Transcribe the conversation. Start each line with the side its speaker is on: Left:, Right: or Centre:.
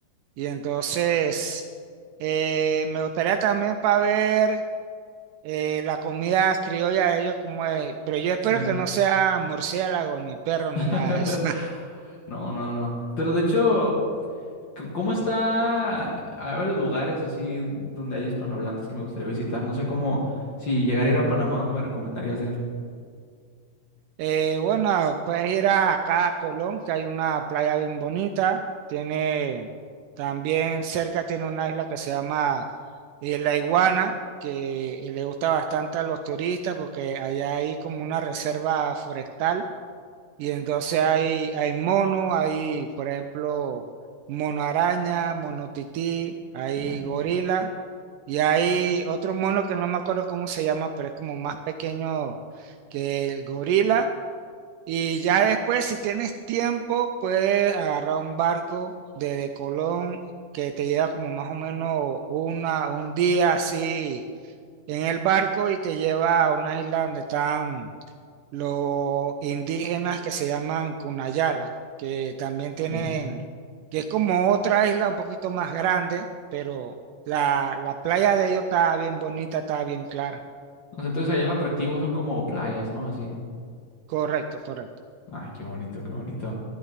Right: Y entonces eh, me gustaría también para ver eh, la comida criolla de ellos como es, pero yo espero
Left: sí.
Right: que no sea murciélago ni perro ni
Left: <laughs>
Right: nada de eso.
Left: No, no, no. Pero de hecho, c- ¿cómo está? Hay varios lugares así donde hay hispanohablantes que me gustaría visitar. No sé cómo, si llegara
Right: <laughs>
Left: a ir a Panamá, ¿dónde me recomendarías ir?
Right: Eh, bueno, puedes ir a, acá a Colón, que hay una playa bien bonita. Tiene también cerca tiene una isla que se llama eh, La Iguana, que eh, le gusta bastante a los turistas porque allá hay como una reserva forestal y entonces hay, hay mono, hay por ejemplo mono araña, mono tití, hay
Left: Caray,
Right: gorila y hay otro mono que no me acuerdo cómo se llama, pero es como más pequeño que el gorila y ya después, si tienes tiempo, puedes agarrar un barco desde Colón que te lleva como más o menos una, un día así en el barco y te lleva a una isla donde están los indígenas que se llaman Cunayala, que también tienen,
Left: ok.
Right: que es como otra isla un poquito más grande, pero la, la playa de ellos está bien bonita, está bien clara.
Left: O sea, entonces allá el atractivo son como playas, ¿no? Así.
Right: Correcto, correcto.
Left: Ay, qué bonito, qué bonito.